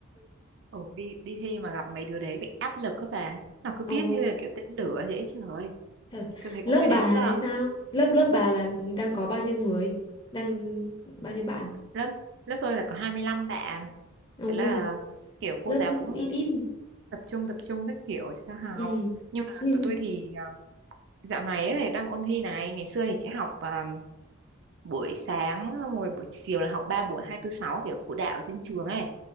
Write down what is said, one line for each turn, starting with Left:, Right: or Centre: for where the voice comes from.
Right: ồ đi đi thi mà gặp mấy đứa đấy bị áp lực các bà nó cứ
Left: Ồ
Right: viết như là kiểu tên lửa thế trời ơi
Left: thật
Right: tôi thấy cũng
Left: Lớp
Right: hơi đáng
Left: bà ấy
Right: sợ
Left: sao Lớp lớp bà là đang có bao nhiêu người Đang bao nhiêu bạn
Right: lớp lớp tôi là có hai mươi lăm bạn
Left: Ồ
Right: thế là kiểu cô
Left: lớp
Right: giáo cũng
Left: cũng ít ít
Right: tập trung tập trung các kiểu cho học
Left: Ừ
Right: nhưng mà
Left: Nhưng
Right: tụi tôi thì à, dạo này ấy, đang ôn thi này ngày xưa thì chỉ học à, buổi sáng xong rồi buổi chiều là học ba buổi hai tư sáu kiểu phụ đạo ở trên trường ấy